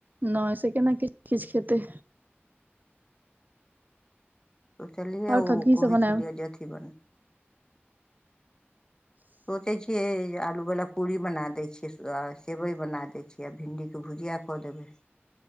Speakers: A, on the right; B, on the left.
A: नै ऐसे केना कि किछ खेतै।
B: सोचलियै
A: आओर तखन
B: ओ
A: की
B: कहै
A: सब बनायब
B: छलियै जेथी बन सोचै छियै आलू वाला पूरी बना दै छियै आ सेवय बना दै छीयै, भिंडी के भु जिया क देबै।